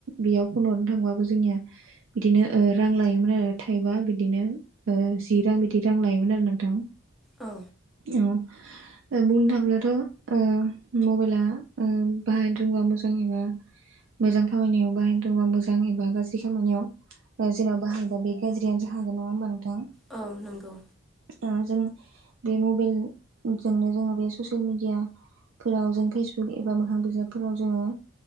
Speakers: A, on the right; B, in the centre.
A: बेयाव फन हरनो थांबाबो जोंनिया बिदिनो रां लायोमोन आरो थाइबा बिदिनो ओ जि रां बिदि रां लायोमोन आरो नोंथां।
B: औ।
A: औ। बुंनो थाङोब्लाथ' मबाइला बाहायनो रोंबा मोजां <unintelligible> मोजां खामानियाव बाहायदोंबा मोजां एबा गाज्रि खामानियाव जेननब बाहागबा बे गाज्रियानो ज हाग नङा होमबा नोंथां?
B: औ नंगौ।
A: ओ जों बे मबाइलजोंनो जोङो बे ससियेल मिडिया फोराव जों फेसबुक एबा मोखां बिजाबफोराव जोङो